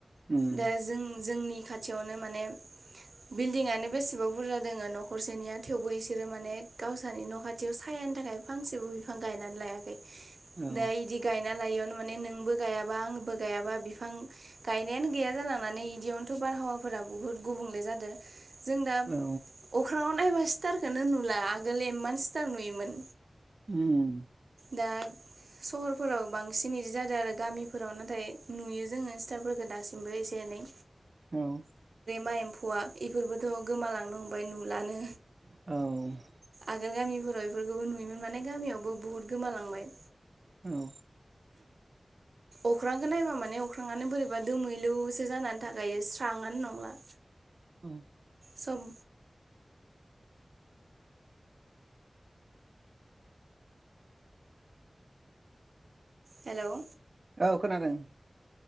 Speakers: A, on the right (about 55°); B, on the right (about 80°).
A: उम
B: दा जों जोंनि - खाथियावनो माने बिल्डिंआनो बेसेबा बुरजा दोङो नखरसेनिया थेवबो इसोरो माने गावसोरनि न' खाथियाव सायानि थाखाय फांसेबो बिफां गायनानै लायाखै
A: औ
B: दा इदि गाय ना लायैयावनो माने नोंबो गायाबा आंबो गायाबा बिफां गायनायानो गैया जालांनानै इदियावनोथ' बारहावा फोरा बुहुत गुबुंले जादो जों दा
A: औ
B: अख्रांङाव नायबा स्टारखौनो नुला आगोल एममान स्टार नुयोमोन
A: उम उम
B: दा सहरफोराव बांसिन इदि जादों आरो गामिफोराव नाथाय नुयो जोङो स्टारफोरखो दासिमबो एसे एनै
A: औ
B: मा एम्फौआ इफोरब गोमालांनो हमबाय नु लानो
A: औ
B: आगोल गामिफोराव बेफोरखौबो नुयोमोन माने गामियावबो बुहुत गोमालांबाय
A: औ
B: अख्रांखौ नायबा माने अख्राङानो बोरैबा दोमैलुसो जानानै थाखायो स्राङानो नंला
A: औ
B: सम हेल
A: औ खोनादों